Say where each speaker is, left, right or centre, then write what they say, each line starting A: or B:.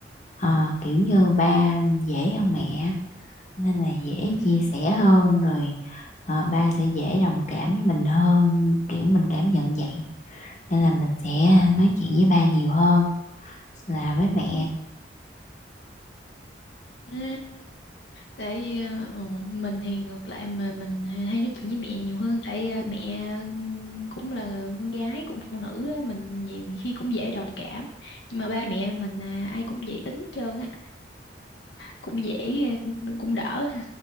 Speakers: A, on the left; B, on the left.
A: ờ, kiểu như ba dễ hơn mẹ nên là dễ
B: ừ.
A: chia sẻ hơn rồi ờ, ba sẽ dễ đồng cảm với mình hơn kiểu mình cảm nhận vậy nên là mình sẽ nói chuyện với ba nhiều hơn là với mẹ
B: À, tại vì, ờ, mình thì ngược lại mà mình hay nói chuyện với mẹ nhiều hơn tại ờ, mẹ cũng là con gái cũng phụ nữ á, mình nhiều khi cũng dễ đồng cảm nhưng mà ba mẹ mình à, ai cũng dễ tính hết trơn á cũng dễ ờ, cũng, cũng đỡ